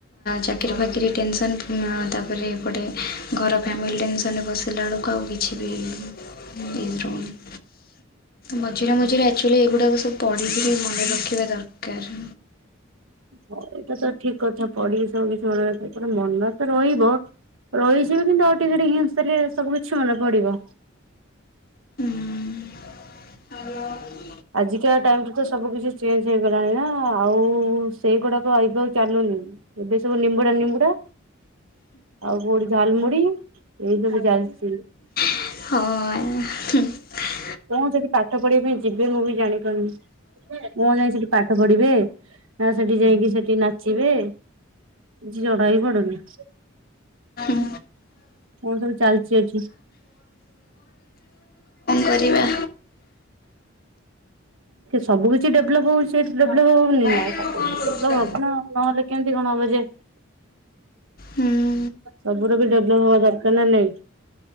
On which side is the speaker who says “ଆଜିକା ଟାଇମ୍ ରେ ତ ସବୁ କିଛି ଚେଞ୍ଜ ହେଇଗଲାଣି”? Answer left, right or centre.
Right